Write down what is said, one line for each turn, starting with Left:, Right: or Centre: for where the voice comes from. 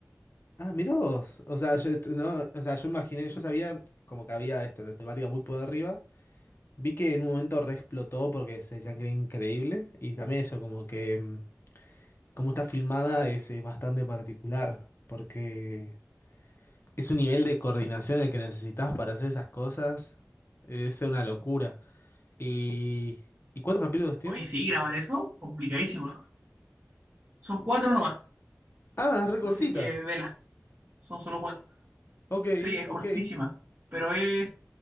Left: Ah, mirá vos. O sea, yo, esto- no, o sea, yo imaginé, yo sabía como que había esto, la temática muy por arriba. Vi que en un momento re explotó porque se decían que era increíble. Y también eso, como que mm, como está filmada es, eh, bastante particular. Porque es un nivel de coordinación el que necesitas para hacer esas cosas. Es una locura. ¿Y, ¿y cuántos capítulos tiene?
Right: Oye, sí, grabar eso, complicadísimo, ¿no? Son cuatro nomás,
Left: Ah, es re
Right: así
Left: cortita.
Right: que vela, son solo cuatro.
Left: Ok,
Right: Sí, es
Left: ok.
Right: cortísima, pero es